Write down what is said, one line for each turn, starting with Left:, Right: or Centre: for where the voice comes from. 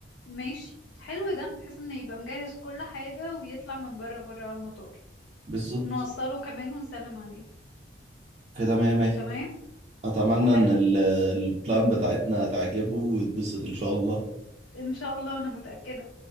Left: ماشي حلو ده بحيث انه يبقى مجهز كل حاجة ويطلع من بره بره على المطار
Right: بالظبط
Left: نوصله كمان ونسلم عليه
Right: كده مية مية
Left: تمام
Right: أتمنى
Left: حلو
Right: إن ال- البلان بتاعتنا تعجبه ويتبسط إن شاء الله
Left: ان شاء الله انا متأكدة